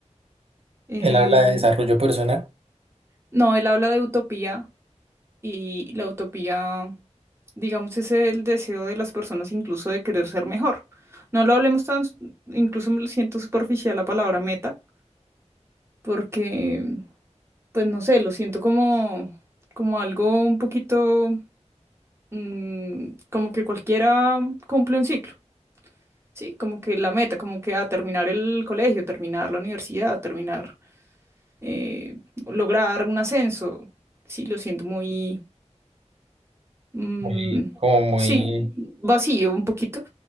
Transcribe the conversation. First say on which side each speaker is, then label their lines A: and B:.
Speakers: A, on the right; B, on the right.
A: Eh,
B: Él habla de desarrollo personal,
A: no, él habla de utopía y la utopía, digamos, es el deseo de las personas incluso de querer ser mejor. No lo hablemos tan, incluso me siento superficial la palabra meta, porque pues no sé, lo siento como, como algo un poquito, mm, como que cualquiera cumple un ciclo, ¿sí? Como que la meta, como que a terminar el colegio, terminar la universidad, terminar, eh, lograr un ascenso, sí, lo siento muy... Mm,
B: muy, como muy...
A: sí, vacío un poquito,